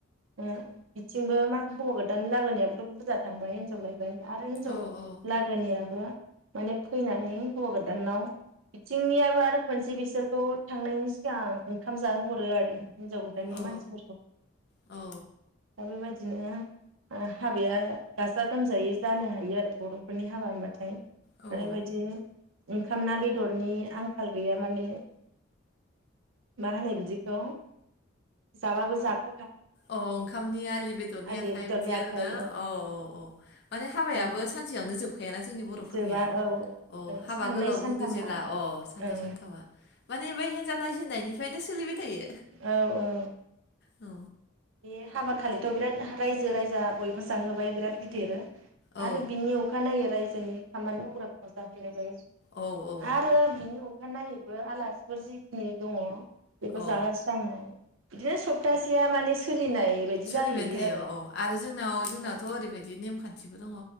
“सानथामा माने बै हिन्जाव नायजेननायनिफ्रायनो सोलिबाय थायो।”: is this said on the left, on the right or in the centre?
Left